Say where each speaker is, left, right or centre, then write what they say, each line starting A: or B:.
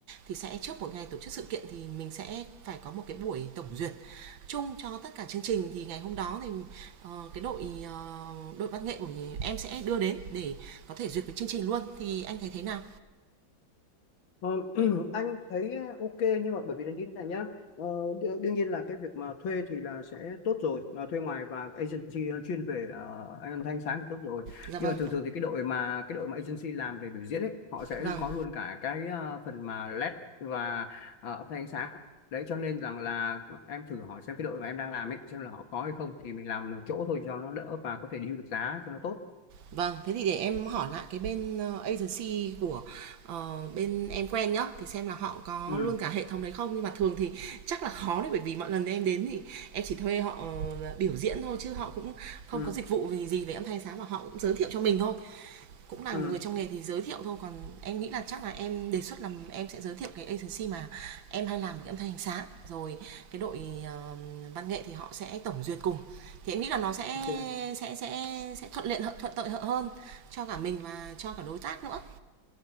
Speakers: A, on the right (about 80°); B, on the left (about 80°).
A: thì sẽ trước một ngày tổ chức sự kiện thì mình sẽ phải có một cái buổi tổng duyệt chung cho tất cả chương trình thì ngày hôm đó thì ờ, cái đội ờ, đội văn nghệ của em sẽ đưa đến để có thể duyệt với chương trình luôn thì anh thấy thế nào
B: Ờ, <clears throat> anh thấy ờ, ok nhưng mà bởi vì là như thế này nhá ờ, đ- đương nhiên là cái việc mà thuê thì là sẽ tốt rồi ờ, thuê ngoài và agency ờ, chuyên về uh, âm thanh sáng thì tốt rồi
A: dạ vâng
B: nhưng mà thường thường thì cái đội mà cái đội mà agency làm về biểu diễn ấy họ sẽ
A: vâng
B: có luôn cả cái ờ, phần mà LED và ờ, âm thanh ánh sáng đấy cho nên rằng là em thử hỏi xem cái đội mà em đang làm ấy xem là họ có hay không thì mình làm một chỗ thôi cho nó đỡ và có thể deal được giá cho nó tốt
A: vâng thế thì để em hỏi lại cái bên ờ, agency của ờ, bên em quen nhá thì xem là họ có
B: ừ
A: luôn cả hệ thống đấy không nhưng mà thường thì chắc là khó đấy bởi vì mọi lần em đến thì em chỉ thuê họ ờ, biểu diễn thôi chứ họ cũng không
B: ừ
A: có dịch vụ gì gì về âm thanh sáng mà họ cũng giới thiệu cho mình thôi cũng là
B: ừ
A: người trong nghề thì giới thiệu thôi còn em nghĩ là chắc là em đề xuất là em sẽ giới thiệu cái agency mà em hay làm cái âm thanh ánh sáng rồi cái đội ờ, văn nghệ thì họ sẽ tổng duyệt cùng thì em nghĩ là nó sẽ
B: ok
A: sẽ sẽ sẽ thuận tiện hơn- thuận lợi hơn cho cả mình và cho cả đối tác nữa